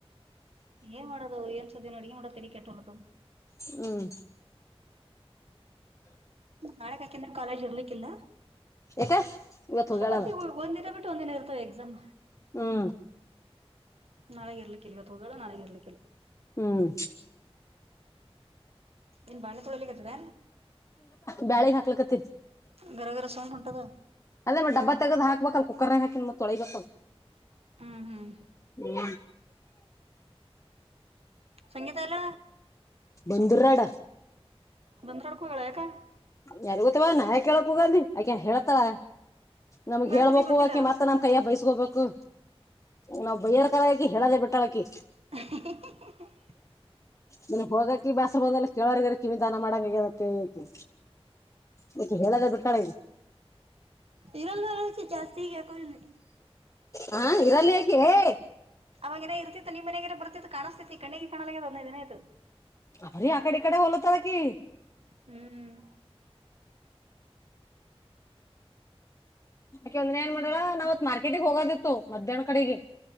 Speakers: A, on the right; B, on the left.
A: ಏನ್ ಮಾಡೋದು ಏನ್ ಸುದ್ದಿನ ನೋಡ್ಗೂಡ ತೆರಿ ಕೆಟ್ಟಳ್ಳದದು
B: ಹ್ಮ್
A: ನಾಳೆಗಾಕಂದನ್ ಕಾಲೇಜ್ ಇರ್ಲಿಕ್ಕಿಲ್ಲ
B: ಯಾಕ ಇವತ್ ಹೋಗ್ಯಾಳಲ್ಲ
A: ಅ ಒಂದ ದಿನ ಬಿಟ್ಟು ಒಂದ ದಿನ ಇರ್ತ ಎಕ್ಸಾಮ್
B: ಹ್ಮ್
A: ನಾಳಗೆ ಇರ್ಲಿಕ್ಕಲ್ವ ತಗ ನಳಗೆ ಇರ್ಲಿಕ್ಕಿಲ್ಲ
B: ಹ್ಮ್
A: ಏನ್ ಬಾಣಕಳಲಿಕ್ಕೆತದ
B: ಬ್ಯಾಳಗ್ ಹಕ್ಕ್ಕಕತ್ತರಿ
A: ಗರಘರ ಸೌಂಡ್ ಬರ್ತಿದ
B: ಅದೇ ಮತ್ತ ಡಬ್ಬ ತಗದ ಹಾಕ್ಬೇಕ ಅ ಕುಕ್ಕರ್ನ ಹಾಕ ಮತ್ತ ತೊಳಬೇಕಕ್
A: ಹ್ಮ್ ಹ್ಮ್
B: ಹ್ಮ್
A: ಸಂಗೀತ ಆಲ್ಲ
B: ಬಂದರಾಡ
A: ನಂದರಡ್ಕೋಗಳಕ
B: ಯಾರಿಗೊತ್ತವಾ ನಾನೆ ಕೇಳಕ್ ಹೂಗಿ ಆಕ ಹೇಳತಾರ ನಮ್ಗ್
A: ಬೆಳಕು
B: ಹೇಳ್ಬೇಕು
A: ನೀ ಬಂದಿಲ್ಲ
B: ಆಕೆ ಮತ್ತ ನಮ್ ಕೈಯ್ಯ ಬೈಸ್ಕೋಬೇಕು ನಾವವು ಬೈಯರ್ ಕಾಲ ಆಕಿ ಹೇಳದೆ ಬಿಟ್ಟಳಕಿ
A: <inaudible>
B: ನನ್ಗ್ ಹೋಗಕಿ ಬ್ಯಾಸ ಬಂದ ಕೆೇಳವರಿಗ ಕಿವ ವಿಧಾನ ಮಾಡಂಗಗದ ಕಕಿ ಮ ಹೇಳದ ಬಿಟ್ಟಣ
A: ಇರೋಲ್ ಚಾಸ್ತಿಗ ಏಕೋ ನೀನು
B: ಹಾ ಹಿರಲ್ ಹೇ
A: ಅವಾಗಏನ ಇರ್ತಿತ್ತು ನಿಮ ಮನೆಯಾಗನ ಬರ್ತಿತ್ತು ಕಾಣಿಸತತಿ ಕಣ್ಣಿಗೆ ಕಾಣಲ್ಲಾಗದ ಹಂದದೈ ದಿನ ಆಯ್ತು
B: ಭಾರಿ ಆಕಡೆ ಕಡೆ ಬಲತ ಅಲ್ಲ ಕಿ
A: ಹ್ಮ್
B: ಯಕೆ ಒಂದೆ ಏನ್ ಮಾಡಾ ನಾವ್ತ್ ಮಾರ್ಕೆಟಗ್ ಹೋಗೋಿತ್ತು ಮಧ್ಯಾಹ್ನ ಕಡೆಗೆ